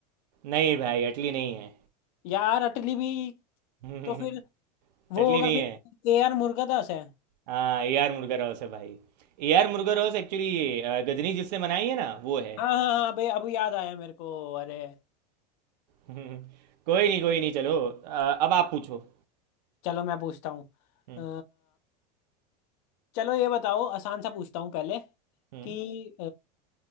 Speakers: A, on the right (about 80°); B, on the left (about 55°).
A: नहीं भाई अटली नहीं है
B: यार अटली भी
A: <laughs>
B: तो फिर वो
A: अटली
B: होगा
A: नहीं
B: फिर
A: है
B: के आर मुर्गदास है
A: हाँ ए आर मुर्गाडॉस है भाई ए आर मुर्गाडॉस एक्चुअली ये अ, गजनी जिसने बनाई है ना वो है
B: हाँ हाँ हाँ भाई अब याद आया मेरे को अरे
A: <laughs> कोई नहीं कोई नहीं चलो अ, अब आप पूछो
B: चलो मैं पूछता हूँ
A: हम्म,
B: अ, चलो ये बताओ आसान सा पूछता हूँ पहले
A: हम्म,
B: कि